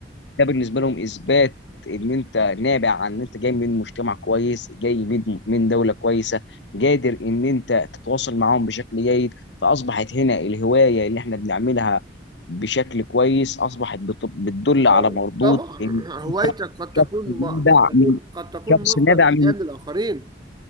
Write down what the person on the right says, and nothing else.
ما
هو
طبعا
هوايتك قد تكون
قد تكون
قد تكون
مصدر
الهام
للاخرين